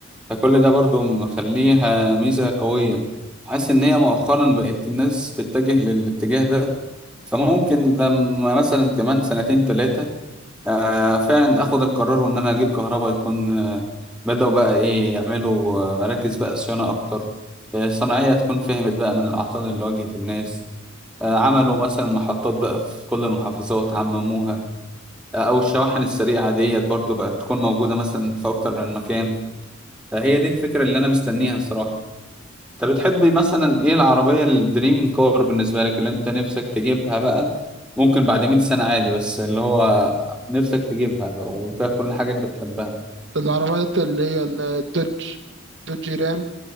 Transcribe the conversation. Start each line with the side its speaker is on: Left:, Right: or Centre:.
Centre: فكل ده برضو مخليها ميزة قوية حاسس إن هي مؤخرا بقت الناس تتجه للاتجاه ده فممكن لما مثلا كمان سنتين تلاتة آه، فعلا آخد القرار وإن أنا أجيب كهرباء يكون آه، بدأوا بقى إيه يعملوا آه، مراكز بقى صيانة أكتر آه، الصناعية تكون فهمت بقى من الأعطال اللي واجهت الناس آه، عملوا مثلا محطات بقى في كل المحافظات عمموها آه، أو الشواحن السريعة ديت برضو بقت تكون موجودة مثلا في أكتر من مكان فهي دي الفكرة اللي أنا مستنيها صراحة انت بتحب مثلا ايه العربية الدريم كار بالنسبة لك اللي انت نفسك تجيبها بقى ممكن بعد 100 سنة عادي بس اللي هو نفسك تجيبها بقى وفيها كل حاجة انت بتحبها
Right: العربيات اللي هي الدوج دوج رام